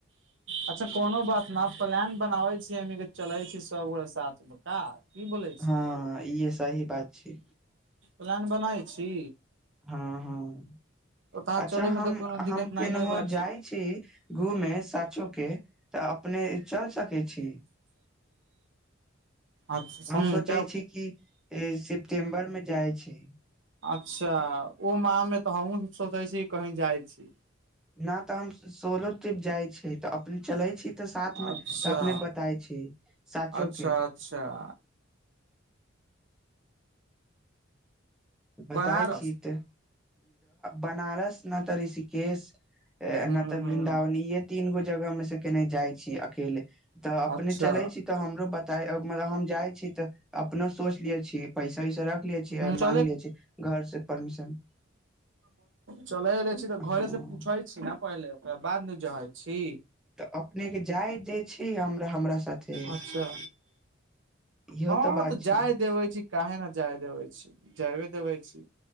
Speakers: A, on the right; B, in the centre.
A: अच्छा कोनो बात न प्लान बनाबे छियै हमनीके चलै छी सब गोटा साथमे का की बोलै छी
B: हँ इहे सही बात छै
A: प्लान बनाबै छी
B: हँ हँ
A: ओतहा
B: अच्छा
A: चले
B: हम
A: मे तऽ कोनो दिक्कत
B: हम केनहु
A: नहिये बा
B: जाइ छी घूमे साचो के तऽ अपने अपने चल सके छी
A: अच्छा
B: हम सोचै छी कि सिप्टेम्बर मे जाइ छी
A: अच्छा ओ माह मे तऽ हमहु त सोचै छी कही जाइत छी
B: न तऽ हम सोलो ट्रिप जाइ छी तऽ अपने चलै छी तऽ साथ मे
A: अच्छा
B: तऽ अपने बताइ छी साचो
A: अच्छा
B: के
A: <unintelligible>
B: बताय
A: बनारस
B: छी तऽ बनारस ने तऽ ऋषिकेश
A: हूँ
B: ना तऽ
A: हूँ
B: वृन्दावन इे तीन गो जगह मे से केने जाइ छीय अकेल तऽ अपने
A: अच्छा
B: च चलै छी त हमरो बताइ हम जाइ छी तऽ अपनो सोचलिय छी पैसा वैसा राखलिय छियै
A: हूँ चले
B: मागले छिये घर से परमिशन
A: चलै रहलले छी तऽ
B: हँ
A: घरे से पूछैत छी ने पहिले ओकरा बाद ने जैय छी
B: तऽ अपनेके जाय दे छी हम हमरा साथे
A: अच्छा
B: इहो
A: हँ
B: बात
A: तऽ
B: छै
A: जाय देवे छी के ने जाय देवे छी जायबे देवे छी